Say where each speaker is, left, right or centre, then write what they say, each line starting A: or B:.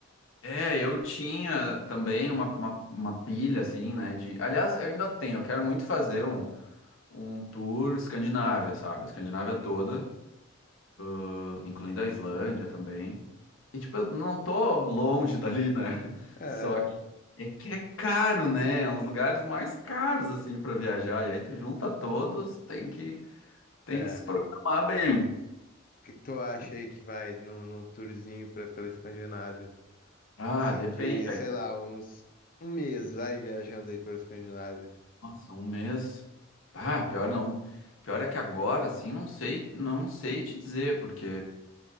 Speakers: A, on the left; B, on the left.
A: É, eu tinha também uma, uma, uma pilha, assim, né? De... Aliás, eu ainda tenho, eu quero muito fazer um, um tour Escandinávia, sabe? A Escandinávia toda, ãh, incluindo a Islândia também. E, tipo, eu não tô longe dali, né? <laughs>
B: É,
A: Só que é que é caro, né? É um dos lugares mais caros, assim, pra viajar. E aí tu junta todos, tem que, tem
B: É.
A: que se programar
B: O
A: bem.
B: que que tu acha aí que vai num, num tourzinho pra, pela Escandinávia?
A: Ah,
B: Assim,
A: depende.
B: de, sei lá, uns. Um mês vai viajando aí pela Escandinávia.
A: Nossa, um mês. Ah, pior não. Pior é que agora, assim, não sei, não sei te dizer, porque